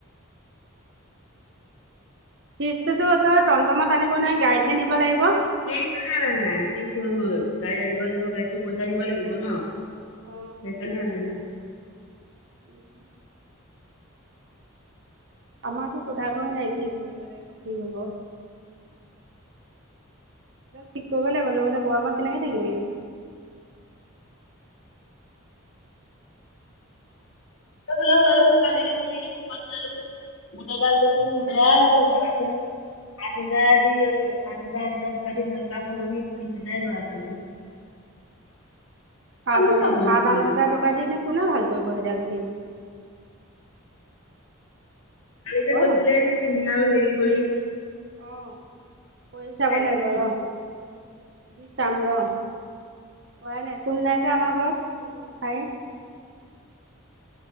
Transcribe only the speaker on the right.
ফিজটোতোতই টমটমত আনিব নোৱাৰি, গাড়ীতহে নিব লাগিব?
অ
উম আমাৰতো সোধাগৈ নাই কি কৰিব লাগিব, কি হব। ঠিক কৰিব লাগিব, নহ'লে গৰমত কেনেকে থাকিবি।
সাত হ
সাত-আঠ
হাজাৰ টকা দি নে কোনে ভাল কৰিব সেইডাল ফিজ।
নকৰ
অঁ কৰি চাব
লাগিব
ৰহ', যি চাম ৰহ'। কৰাই নায় চুন নাই যে আমাৰ ঘৰত চুন নাখাই।